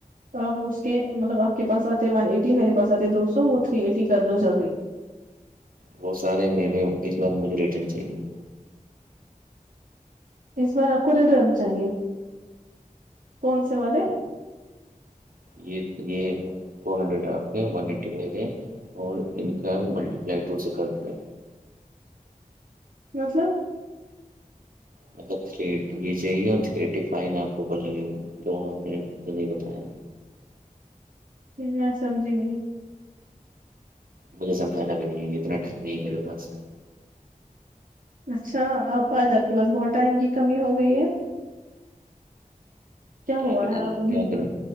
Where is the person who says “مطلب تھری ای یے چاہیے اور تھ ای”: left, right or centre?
Right